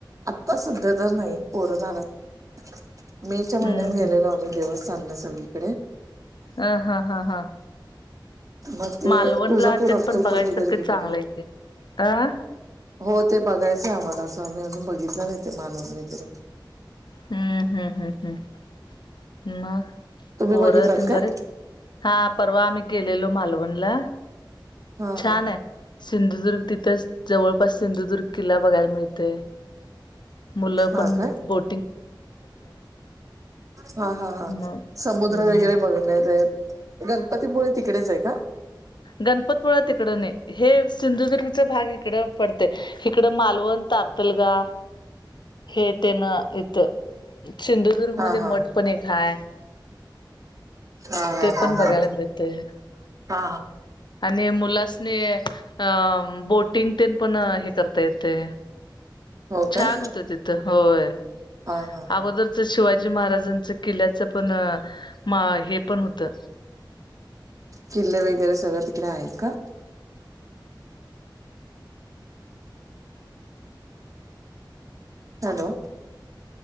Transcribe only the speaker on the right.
आता सध्या तर नाही पोरं लहान आहेत. मे च्या
महिन्यात गेलेलो
आम्ही देवस्थानला सगळीकडे.
मग ते
तुळजापूर
अक्कलकोट
वगैरे गेलेलो.
हो ते बघायचंय आम्हाला असं आम्ही अजून बघितलं नाही ते मालवन वगैरे.
तुम्ही
बघितलात
काय
हा
हा हा
हा
काय
हा हा हा
समुद्र
वगैरे ब घणार आहेत गणपतीपुळे तिकडेच आहे का.
हा
हा
हा हा
हा
हा
हा
हो
काय
हा हा हा
किल्ले वगैरे सगळ तिकडे आहेत का. हॅलो.